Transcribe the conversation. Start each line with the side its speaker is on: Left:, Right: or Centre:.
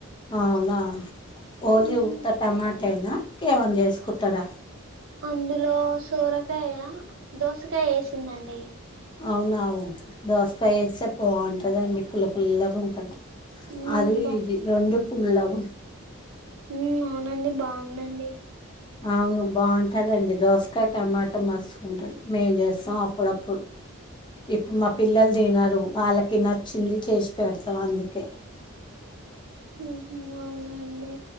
Left: అవునా ఓన్లీ
Right: ఉమ్
Left: ఉత్త టమాటేనా ఇంకేమన్న చేస్కుంటరా
Right: అందులో సోరకాయ, దోసకాయ్ ఏసిందండి.
Left: అవునవు దోసకాయ్ ఏస్తే బాగుంటదండి పుల్ల పుల్లగుంట
Right: ఉమ్,
Left: అది ఇది రెండు పుల్లగుం
Right: మ్ అవునండి బావుందండి.
Left: అవును బావుంటదండి దోస్కాయ్ టమాటా మస్తు ఉంటయి మేం చేస్తాం అప్పుడప్పుడ్ ఇప్పుడు మా పిల్లలు తినరు. వాళ్లకి నచ్చింది చేసి పెడ్తాం అందుకే
Right: మ్ అవునా అండి